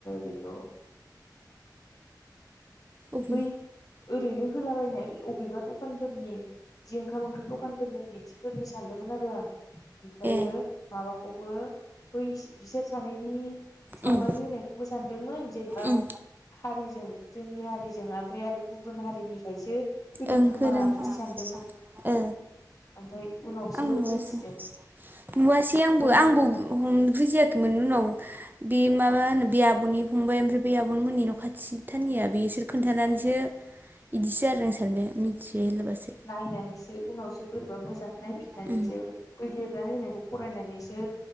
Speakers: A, on the left; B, on the right.
A: बेखौ
B: अबेनि
A: बै ओरैनो होलाबायनाय अबेबा दखानफोरनि जि ओंखाम ओंख्रि दखानफोरनि बिदि फोरनि सानदोंमोन आरो आं ओमफ्रायो
B: ए
A: माबाखौबो बै बिसोर सानैनि सावगारि
B: उम
A: होनायखौबो सानदोंमोन जेनेबा
B: उम
A: हारिजों जोंनि हारिजों ओमफ्राय आरो गुबुन हारिनिखायसो होदों
B: ओं
A: खोमा
B: होदों
A: बिदि सानदों।
B: ओ।
A: ओमफ्राय उनावसो
B: आं नुवासै
A: मिथिदों
B: नुवासै आंबो
A: बैखौ
B: आंबो हमनो बुजियाखैमोन उनाव बे माबा होनो बे आब'नि फंबाय ओमफ्राय बे आब'नि मोननि न' खाथि थानिया बेसोर खोन्थानानैसो बिदिसो आरो आं सारनाय मिथिबाय होनब्लाबासो
A: नायनानैसो उनावसो बोरैबा मोजां नायफिननानैसो
B: उम
A: बै लिरनानै होननायखौ फरायनानैसो